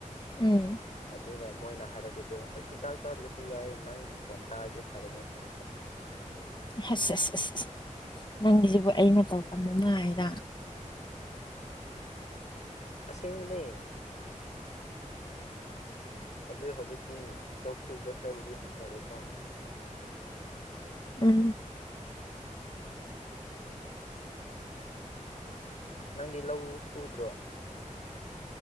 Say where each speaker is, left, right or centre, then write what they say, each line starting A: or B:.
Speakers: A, on the left; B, on the left.
A: ꯎꯝ
B: ꯑꯗꯨꯒ ꯃꯣꯏꯅ ꯍꯥꯏꯔꯛꯄꯗꯣ ꯑꯩ ꯍꯤꯗꯥꯛ ꯆꯥꯗ꯭ꯔꯁꯨ ꯌꯥꯏ ꯅꯪꯒꯤ ꯈꯣꯟ ꯇꯥꯔꯗꯤ ꯐꯔꯅꯤ ꯍꯥꯏꯔꯛꯄ
A: <unintelligible> ꯑꯁ ꯑꯁ ꯑꯁ ꯑꯁ ꯅꯪꯒꯤꯁꯤꯕꯨ ꯑ ꯃꯇꯧ ꯇꯝ ꯑꯃ ꯍꯥꯏꯔ
B: ꯁꯤꯕꯨꯨꯅꯦ ꯑꯗꯨ ꯍꯧꯖꯤꯛꯇꯤ ꯂꯧꯈꯕꯗ ꯈꯔꯕꯨꯗꯤ ꯍꯟꯊꯔꯦꯀꯣ
A: ꯎꯝ <unintelligible>
B: ꯅꯪꯗꯤ ꯂꯧ ꯁꯨꯗ꯭ꯔꯣ